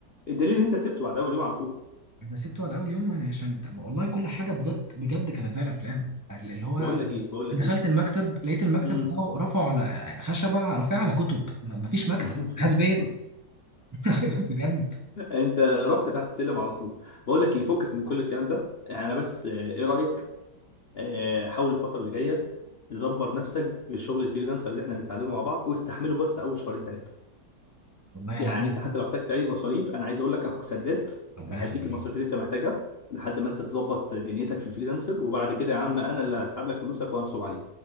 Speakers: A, on the left (about 60°); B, on the right (about 30°).
A: الدليل ان انت سبته بعد اول يوم على طول
B: انا سبت وقت اول يوم عشان والله كل حاجه بجد بجد كانت زي الافلام اللي هو
A: بقول لك ايه بقول لك
B: دخلت
A: ايه
B: المكتب لقيت المكتب
A: امم
B: بتاعه رفعوا على خشبة رافعة على كتب م- مفيش مكتب
A: <laughs>
B: حاسس بيا <laughs> بجد
A: انت رحت تحت السلم على طول بقول لك ايه فكك من كل الكلام ده يعني انا بس آه، ايه رايك آه، حاول الفترة اللي جاية تدبر نفسك لشغل الفريلانسر اللي احنا هنتعلمه مع بعض واستحمله بس اول شهرين ثلاثة
B: والله يعني
A: يعني
B: دي
A: انت حتى لو احتجت اي مصاريف انا عايز اقول لك اخوك سداد
B: ربنا
A: هديك
B: يخليك
A: المصاريف اللي انت محتاجها لحد ما انت تظبط دنيتك في الفريلانسر وبعد كده يا عم انا اللي هسحب لك فلوسك وهنصب عليك